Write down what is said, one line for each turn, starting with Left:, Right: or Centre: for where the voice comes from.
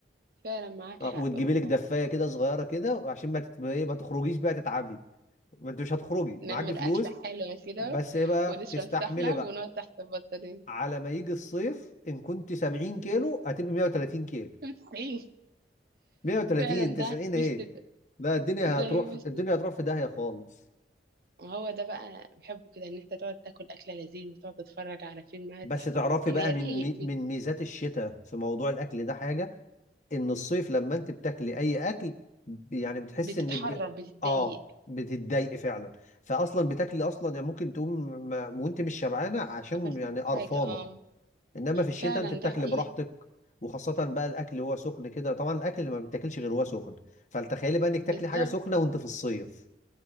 Right: فعلا معاك
Left: آه،
Right: حق
Left: وتجيبي
Right: والله
Left: لك دفايه كده صغيره كده وعشان ما تت... إيه، ما تخرجيش بقى تتعبي ما انت مش هتخرجي
Right: نعمل
Left: معاكي فلوس
Right: أكلة حلوة كده
Left: بس ايه بقى
Right: ونشرب
Left: تستحملي
Right: سحلب
Left: بقى
Right: ونقعد تحت البطانية
Left: على ما يجي الصيف ان كنت 70 كيلو هتبقى 130
Right: <laughs>
Left: كيلو
Right: 90
Left: 130
Right: فعلا
Left: 90
Right: ده
Left: ايه
Right: مش ده
Left: لا الدنيا
Right: ده
Left: هتروح
Right: يوم الشتاء
Left: الدنيا هتروح في داهية خالص
Right: هو ده بقى بحبه كده ان انت تقعد تاكل اكله لذيذه وتقعد تتفرج على فيلم قاعد
Left: بس
Right: تحت
Left: تعرفي
Right: البطانيه
Left: بقى من
Right: رايق
Left: مي- من
Right: كده
Left: ميزات الشتاء في موضوع الاكل ده حاجة ان الصيف لما انت بتاكلي اي اكل ب- يعني بتحس
Right: بتتحرك
Left: انك ب...
Right: بتتضايق
Left: اه بتتضايقي فعلا فاصلا بتاكلي اصلا يعني ممكن تقوم ما... وانت مش شبعانة عشان
Right: ما اكلتش
Left: يعني قرفانة
Right: حاجه اه
Left: انما في الشتاء
Right: فعلا
Left: انت بتاكل
Right: دي حقيقه
Left: براحتك وخاصة بقى الاكل هو سخن كده طبعا الاكل اللي ما بتاكلش غير هو سخن فتخيلي بقى انك
Right: بالظبط
Left: تاكلي حاجة سخنة وانت في الصيف